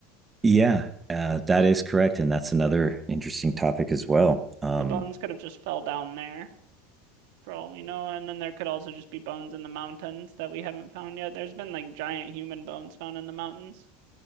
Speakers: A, on the right (about 20°); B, on the right (about 65°).
A: yeah, uh, that is correct, and that's another interesting topic as well. Um,
B: The bones could have just fell down there for all we know, and then there could also just be bones in the mountains that we haven't found yet. There's been like giant human bones found in the mountains.